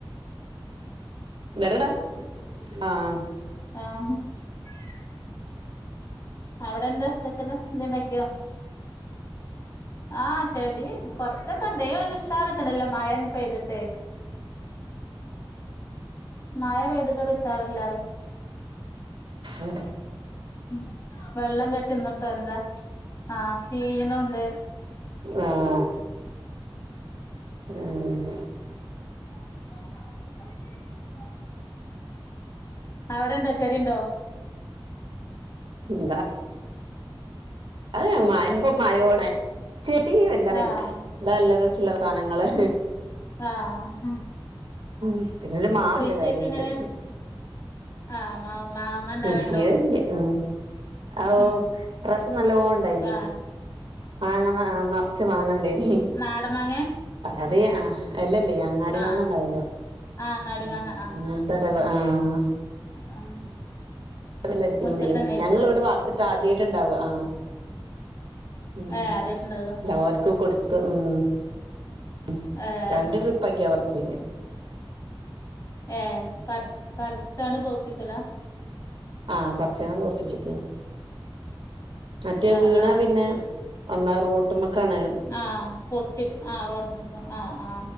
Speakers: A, on the right; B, on the left.
A: വെര്ടെ ആഹ്
B: ആഹ് <unintelligible> അവ്ടെ എന്താ സ്പെഷ്യല്. എന്തേ ണ്ടാക്കിയൊ?
A: അ
B: ആഹ് ചെടി കൊർച്ചൊക്കെണ്ട്. ഒര് ഉഷാറ്ട്ട്ണ് ല്ല. മഴൻ പെയ്ത് ട്ടെ.
A: അ
B: മഴ പെയ്തിട്ടൊര് ഉഷാറില്ലാറിയാ.
A: ഉം
B: ഉം. വെള്ളം കെട്ടിന്ന്ട്ടൊ എന്താ ആഹ് ചീയ്യ്ണൂണ്ട്.
A: ആഹ്. ഉം
B: <unintelligible> അവ്ടെണ്ടൊ. ചെടിണ്ടോ?
A: ന്താ അത് മഴ <unintelligible> മയോടെ. ചെടി വല്ലാതെയില്ലാ.
B: ആഹ്
A: ള്ളെ അല്ലറ ചില്ലറ സാനങ്ങള്
B: ആഹ്
A: ഉം. പിന്നൊര് മാവ്ണ്ട്
B: കൃഷിയൊക്കെ
A: കാര്യായിട്ട്.
B: എങ്ങനെ ആഹ് മാവ് മാങ്ങ ഇണ്ടാവേണ്ടോ
A: കൃഷിയേ ഇല്ല്യ. ഉം ആവൂ.
B: ഉം
A: ഇ പ്രാശ്യം നല്ലോൺ ണ്ടായിനി.
B: ആഹ്
A: മങ്ങമ്മ ആഹ് നർച്ച് മാങ്ങ ണ്ടെയ്നി.
B: നാടം മാങ്ങെ?
A: അത് ആഹ് എല്ലല്ലേയ് അങ്ങാടി
B: ആഹ്
A: മാങ്ങണ്ടാവൊല്ലൊ.
B: ആഹ് അങ്ങാടി
A: ഉം
B: മാങ്ങ
A: അങ്ങൻത്തൊര് വ ആഹ്
B: ആഹ്
A: അത് നല്ല അടിപൊളി
B: മുറ്റത്തന്നേക്കൂലേ
A: യേനി. ഞങ്ങള് വ്ടെ പാർത്ത്ട്ട് ആദ്യായിട്ട്ണ്ടാവാ. ആഹ് ഉം ഉം.
B: ഏഹ് ആദ്യായിട്ട്ണ്ടാവാ
A: തെവാർക്കും കൊട്ത്ത്. ഉം ഉം.
B: ഏഹ്
A: രണ്ട് ട്രിപ്പാക്കിയാ പർച്ചീനെ.
B: ഏഹ്. പർച്ച് പർച്ചാണ് പൗപ്പിക്കലാ?
A: ആഹ് പർച്യാണ്ട് പൗപിച്ചി ക്കേനി. മറ്റേ
B: ആഹ്
A: വീണാ
B: ആഹ്
A: പിന്നെ. ഒന്നാ റോട്ട്മക്കാണ്
B: ആഹ് പൊട്ടി പ് ആ റോട്ടമ്ക്ക് ആ ആ